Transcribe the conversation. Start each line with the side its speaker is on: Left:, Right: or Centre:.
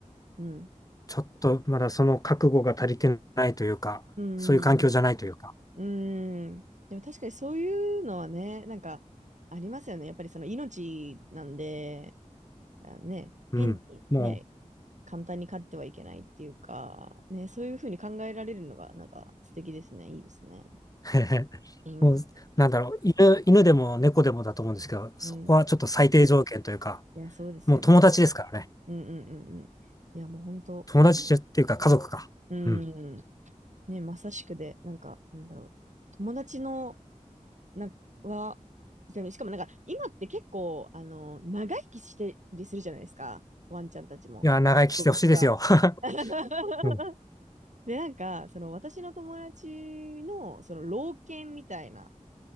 Right: うん。
Left: ちょっとまだその覚悟が足りてないというか、
Right: うん。
Left: そういう環境じゃないというか、
Right: うん。でも確かにそういうのはね、なんか、ありますよね。やっぱりその命なんで、あね、
Left: うん。
Right: 変にね、
Left: も
Right: 簡単に飼ってはいけないっていうか、ね、そういうふうに考えられるのが、なんか素敵ですね。いいですね。
Left: う、<laughs> へへ
Right: うん。
Left: もう、なんだろう、犬、犬でも猫でもだと思うんですけど、そこはちょっと最低条件というか、
Right: うん。いや、そうですよね。
Left: もう友達ですからね。
Right: うんうんうんうん。いや、もう本当、
Left: 友達っていうか家族か。
Right: もう、うん。
Left: うん。
Right: ね、まさしくで、なんか、なんだろう。友達の、な、は、でもしかもなんか、今って結構、あの、長生きしてりするじゃないですか。ワンちゃんたちも。
Left: いや、長生きしてほしいですよ。
Right: 動物が。
Left: <laughs>
Right: <laughs>
Left: うん。
Right: で、なんか、その私の友達の、その老犬みたいな